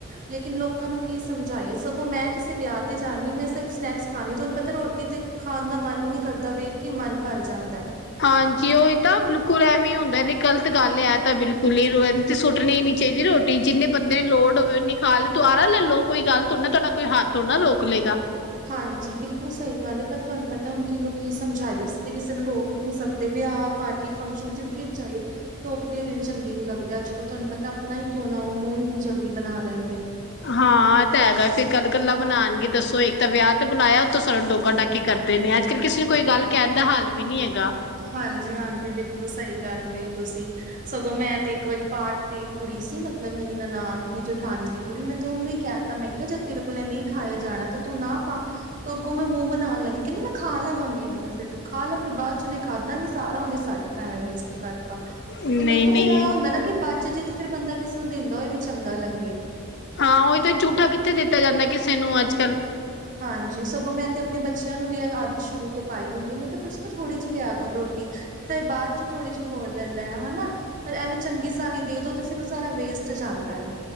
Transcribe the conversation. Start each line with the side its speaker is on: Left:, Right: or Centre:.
Right: ਲੇਕਿਨ ਲੋਕਾਂ ਨੂੰ ਕੀ ਸਮਝਾਈਏ ਸਗੋਂ ਮੈਂ, ਕਿਸੇ ਵਿਆਹ ਤੇ ਜਾਣੀ ਮੈਂ ਸਿਰਫ ਸਨੈਕਸ ਖਾਣੀ ਤੁਹਾਨੂੰ ਪਤਾ ਰੋਟੀ ਤੇ ਖਾਣ ਦਾ ਮਨ ਹੀ ਨਹੀਂ ਕਰਦਾ ਵੇਖ ਕੀ ਮਨ ਭਰ ਜਾਂਦਾ।
Left: ਹਾਂਜੀ ਉਹੀ ਤਾਂ ਬਿਲਕੁਲ ਐਵੇਂ ਹੀ ਹੁੰਦਾ ਨਹੀਂ ਗ਼ਲਤ ਗੱਲ ਏ ਤਾਂ ਬਿਲਕੁਲ ਹੀ ਰੋਟੀ ਤੇ ਸੁੱਟਣੀ ਹੀ ਨੀ ਚਾਹੀਦੀ ਰੋਟੀ ਜਿੰਨੇ ਬੰਦੇ ਦੀ ਲੋੜ ਹੋਵੇ ਉਨੀ ਖਾ ਲੋ ਦੁਬਾਰਾ ਲੈ ਲੋ ਲਓ ਕੋਈ ਗੱਲ ਥੋੜੀ ਨਾ ਤੁਹਾਡਾ ਕੋਈ ਹੱਥ ਥੋੜਾ ਨਾ ਰੋਕ ਲਏਗਾ।
Right: ਹਾਂਜੀ ਬਿਲਕੁਲ ਸਹੀ ਗੱਲ ਏ ਪਰ ਤੁਹਾਨੂੰ ਪਤਾ ਹੁਣ ਕਿੰਨੂੰ ਕੀ ਸਮਝਾਈਏ ਅਸੀਂ ਤੇ ਕਿਸੇ ਨੂੰ ਰੋਕ ਵੀ ਨੀ ਸਕਦੇ ਵੀਆਹ ਪਾਰਟੀ ਫੰਕਸ਼ਨ ਜਿੱਥੇ ਵੀ ਜਾਈਏ। ਟੋਕਦੇ ਹੋਏ ਚੰਗੇ ਨ ਲੱਗਦੇ। ਅੱਜ ਕੱਲ੍ਹ ਤੁਹਾਨੂੰ ਪਤਾ ਆਪਣਾ ਹੀ ਕਿਉਂ ਨਾ ਉਹ ਮੂੰਹ ਇੰਨੀ ਜਲਦੀ ਬਣਾ ਲੈਂਦੇ ਨੇ।
Left: ਹਾਂ। ਇਹ ਤਾਂ ਹੈਗਾ। ਫੇਰ ਕੱਲ ਗੱਲਾਂ ਬਣਾਉਣਗੇ। ਦੱਸੋ, ਇੱਕ ਤਾਂ ਵਿਆਹ ਤੇ ਬੁਲਾਇਆ ਉਹੋਂ ਸਾਨੂੰ ਡੋਕਾ -ਟਾਕੀ ਕਰਦੇ ਨੇ। ਅੱਜ ਕੱਲ੍ਹ ਕਿਸੇ ਨੂੰ ਕੋਈ ਗੱਲ ਕਹਿਣ ਦਾ ਹਾਲ ਵੀ ਨੀ ਹੈਗਾ।
Right: ਹਾਂਜੀ- ਹਾਂਜੀ ਬਿਲਕੁਲ, ਸਹੀ ਗੱਲ ਕਹੀ ਤੁਸੀਂ। ਸਗੋਂ ਮੈਂ ਤੇ ਇੱਕ ਵਾਰੀ ਪਾਠ ਤੇ ਕੁੜੀ ਸੀ ਮਤਲਬ ਮੇਰੀ ਨਨਾਨ ਦੀ ਜਠਾਨੀ ਦੀ। ਕੁੜੀ ਮੈਂ ਤਾਂ ਉਹਨੂੰ ਹੀ ਕਹਿ ਤ ਮੈਂ ਕਿਹਾ ਜੇ ਤੇਰੇ ਕੋਲ ਨਹੀਂ ਖਾਆ ਜਾਣਾ। ਤਾਂ ਤੂੰ ਨਾ ਪਾ। ਤੱਗੋਂ ਮੈਂ ਮੂੰਹ ਬਣਾਉਣ ਲੱਗੀ ਕਹਿੰਦੀ ਮੈਂ ਖਾਵਾਂਗੀ। ਮੈਂਲਬ ਫਿਰ ਤੂੰ ਖਾ ਲੈ। ਫਿਰ ਬਾਅਦ ਚ' ਉਹਨੇ ਖਾ ਨੀ ਸਾਰਾ ਉਹਨੇ ਸੱਟ ਤਾਂ <unintelligible> ਕਰਤਾ।
Left: ਨਹੀਂ
Right: ਤੇ ਮੈਂ ਕਿਹਾ,
Left: ਨਹੀਂ
Right: ਫੇਰ ਇਹ ਹੁੰਦਾ ਨਾ ਕਿ ਬੱਚ ਜੇ ਤੇ ਫਿਰ ਬੰਦਾ ਕਿਸੇ ਨੂੰ ਦਿੰਦਾ ਇਹ ਵੀ ਚੰਗਾ ਲੱਗੇ।
Left: ਹਾਂ। ਉਹਹੀ ਤਾਂ ਝੂਠਾ ਕਿੱਥੇ ਦਿੱਤਾ ਜਾਂਦਾ ਕਿਸੇ ਨੂੰ ਅੱਜ ਕੱਲ੍ਹ।
Right: ਹਾਂਜੀ। ਸਗੋਂ ਮੈਂ ਤੇ ਆਪਣੇ ਬੱਚਿਆਂ ਨੂੰ ਵੀ ਇਹ ਆਦਤ ਸ਼ੁਰੂ ਤੋਂ ਪਾਈ ਹੋਈ ਹੈ। ਮੈਂ ਕਿਹਾ ਤੁਸੀਂ ਨਾ ਥੋੜ੍ਹੀ ਜਹੀ ਲਿਆ ਕਰ ਰੋਟੀ। ਫੇਰ ਬਾਅਦ ਚੋਂ ਥੋੜ੍ਹੀ ਜਿਹੀ ਹੋਰ ਲੈ ਲੈਣਾ ਹਨਾ। ਪਰ ਐਵੇਂ ਚੰਗੀ ਸਾਰੀ ਦੇ ਦੋ। ਤੇ ਫਿਰ ਉਹ ਸਾਰਾ ਵੇਸਟ ਜਾਂਦਾ ਹੈ।